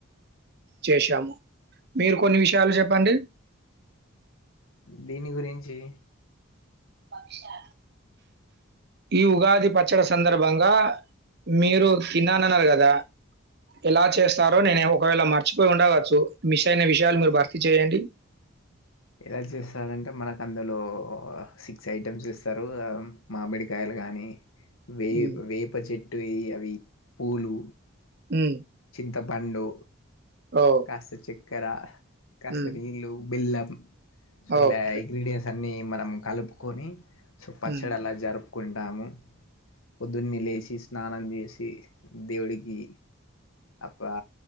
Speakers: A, on the right; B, on the left.
A: చేసాము మీరు కొన్ని విషయాలు చెప్పండి.
B: దీని గురిం జీ
A: పక్షా ఈ ఉగాది పచ్చడి సందర్భంగా మీరు తిన్నాన న్నారు కదా. ఎలా చేస్తారో నేను ఒకవేళ మార్ మర్చిపోయి ఉండవచ్చు మిస్ అయిన విషయాలు మీరు భర్తీ చేయండి.
B: ఎలా చేస్తారంటే మనకు అందులో సిక్స్ ఐటమ్స్ ఇస్తారు. ఆ మామిడికాయలు కానీ వే
A: హ్మ్.
B: వేప చెట్టు అవి పూలు
A: హ్మ్
B: తపండు
A: ఓహ్!
B: కాస్త చెక్ కరా కసరీలు
A: హ్మ్.
B: బెల్ల సో ఇలా
A: ఓకే.
B: ఇంగ్రీడియంట్స్ అ అన్ని మనం కలుపుకొని సో పచ్చడ
A: హ్మ్.
B: అలా జరు కుంటాము పొద్దున్నే లేసి స్నానం జేసి దేవుడికి పా